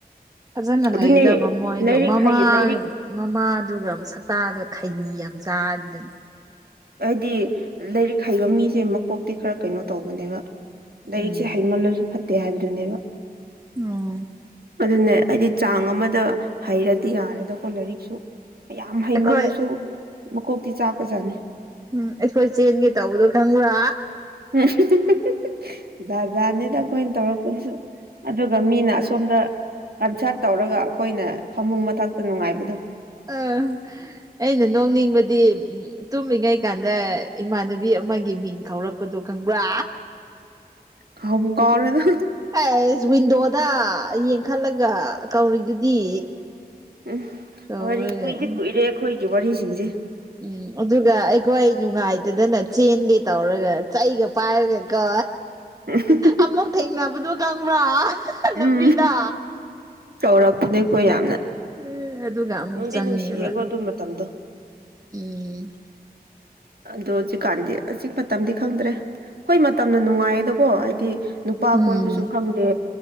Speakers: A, on the right; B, on the right.
A: ꯐꯖꯅ
B: ꯑꯗꯨꯅꯦ
A: ꯂꯩꯒꯗꯕ ꯃꯣꯢꯗꯣ
B: ꯂꯥꯏꯔꯤꯛ
A: ꯃꯃꯥ
B: ꯍꯩ ꯂꯥꯏꯔꯤꯛ
A: ꯃꯃꯥꯗꯨꯒ ꯁꯛꯇꯥꯗꯨ ꯈꯩꯅꯤ ꯌꯥꯝ ꯆꯥꯔꯗꯅ
B: ꯍꯥꯢꯗꯤ ꯂꯥꯢꯔꯤꯛ ꯍꯩꯕ ꯃꯤꯁꯦ ꯃꯀꯣꯛꯇꯤ ꯈꯔ ꯀꯩꯅꯣ ꯇꯧꯕꯅꯦꯕ ꯂꯥꯢꯔꯤꯛꯁꯦ
A: ꯎꯝ
B: ꯍꯩꯃꯜꯂꯁꯨ ꯐꯠꯇꯦ ꯍꯥꯢꯕꯗꯨꯅꯦꯕ
A: ꯎꯝ
B: ꯑꯗꯨꯅꯦ ꯑꯩꯗꯤ ꯆꯥꯡ ꯑꯃꯗ ꯍꯩꯔꯗꯤ ꯌꯥꯔꯦꯗꯀꯣ ꯂꯥꯢꯔꯤꯛꯁꯨ ꯌꯥꯝ ꯍꯩꯃꯜꯂꯖꯨ
A: ꯑꯩꯈꯣꯏ
B: ꯃꯀꯣꯛꯇꯤ ꯆꯥꯛꯄꯖꯥꯠꯅꯤ
A: ꯎꯝ ꯑꯩꯈꯣꯢ ꯆꯦꯟꯒꯦ ꯇꯧꯕꯗꯣ ꯈꯪꯕ꯭ꯔꯥ
B: <unintelligible> ꯖꯥꯠ ꯖꯥꯅꯦꯗ ꯑꯩꯈꯣꯢꯅ ꯇꯧꯔꯛꯄꯗꯨꯁꯨ ꯑꯗꯨꯒ ꯃꯤꯅ ꯑꯁꯣꯝꯗ ꯀꯟꯁꯠ ꯇꯧꯔꯒ ꯑꯈꯣꯢꯅ ꯐꯃꯨꯡ ꯃꯊꯛꯇ ꯅꯨꯡꯉꯥꯢꯕꯗꯣ
A: ꯑ ꯑꯩꯅ ꯅꯣꯛꯅꯤꯡꯕꯗꯤ ꯎꯝ ꯇꯨꯝꯃꯤꯉꯩꯀꯥꯟꯗ ꯏꯃꯥꯟꯅꯕꯤ ꯑꯃꯒꯤ ꯃꯤꯡ ꯈꯧꯔꯛꯄꯗꯣ ꯈꯪꯕ꯭ꯔꯥ
B: ꯀꯥꯎꯕꯨ ꯀꯥꯎꯔꯦꯗ
A: ꯑꯁ ꯋꯤꯟꯗꯣ ꯗ ꯌꯦꯡꯈꯠꯂꯒ ꯀꯧꯔꯤꯗꯨꯗꯤ
B: ꯎꯝ
A: ꯇꯧꯔꯒ
B: ꯋꯥꯔꯤ ꯀꯨꯢꯗꯤ ꯀꯨꯢꯔꯦ ꯑꯈꯣꯢꯒꯤ ꯋꯥꯔꯤꯁꯤꯡꯖꯦ
A: ꯎꯝ ꯑꯗꯨꯒ ꯑꯩꯈꯣꯢ ꯅꯨꯡꯉꯥꯢ ꯇꯗꯅ ꯆꯦꯟꯒꯦ ꯇꯧꯔꯒ ꯆꯩꯒ ꯄꯥꯢꯔꯒ ꯀꯣ
B: <unintelligible>
A: ꯑꯃꯨꯛ ꯊꯦꯡꯅꯕꯗꯨ ꯈꯪꯕ꯭ꯔꯥ ꯂꯕꯤꯗ
B: ꯎꯝ ꯀꯧꯔꯛꯄꯅꯦ ꯑꯩꯈꯣꯏ ꯌꯥꯝꯅ
A: ꯑꯦ ꯑꯗꯨꯒ ꯑꯃꯨꯛ
B: ꯅꯨꯡꯗꯤ
A: ꯆꯪꯉꯦꯕ
B: ꯅꯨꯡꯁꯤꯌꯦꯀꯣ ꯑꯗꯨ ꯃꯇꯝꯗꯣ
A: ꯎꯝ
B: ꯑꯗꯣ ꯍꯧꯖꯤꯛꯀꯥꯟꯗꯤ ꯍꯧꯖꯤꯛ ꯃꯇꯝꯗꯤ ꯈꯪꯗ꯭ꯔꯦ ꯈꯣꯢ ꯃꯇꯝꯅ ꯅꯨꯡꯉꯥꯢꯌꯦꯗꯀꯣ ꯍꯥꯢꯗꯤ ꯅꯨꯄꯥ
A: ꯎꯝ
B: ꯀꯣꯢꯕꯁꯨ ꯈꯪꯗꯦ